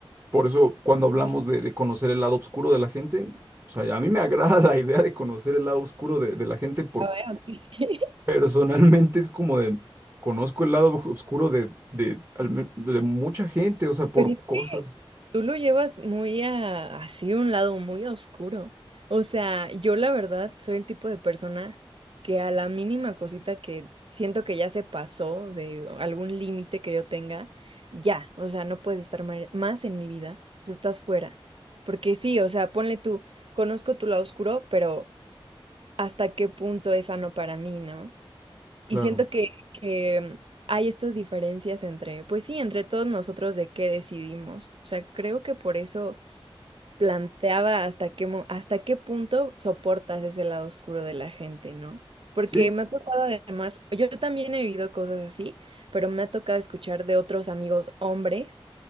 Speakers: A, on the right; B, on the right.
A: por eso cuando hablamos de, de conocer el lado oscuro de la gente, o sea, a mí me agrada <laughs> la idea de conocer el lado oscuro de, de la gente
B: A ver, aunque sí.
A: Personalmente es como de, conozco el lado os- oscuro de, de, al men- de mucha gente, o
B: <laughs>
A: sea, por
B: Pero es
A: cosas,
B: que Tú lo llevas muy a, así un lado muy oscuro. O sea, yo la verdad soy el tipo de persona que a la mínima cosita que siento que ya se pasó de algún límite que yo tenga, ya, o sea, no puedes estar ma- más en mi vida, o sea, estás fuera. Porque sí, o sea, ponle tú, conozco tu lado oscuro, pero ¿hasta qué punto es sano para mí, no?
A: claro.
B: Y siento que, que hay estas diferencias entre, pues sí, entre todos nosotros de qué decidimos. O sea, creo que por eso planteaba hasta qué, mo- hasta qué punto soportas ese lado oscuro de la gente, ¿no? Porque
A: Sí,
B: me ha tocado además, yo también he vivido cosas así, pero me ha tocado escuchar de otros amigos hombres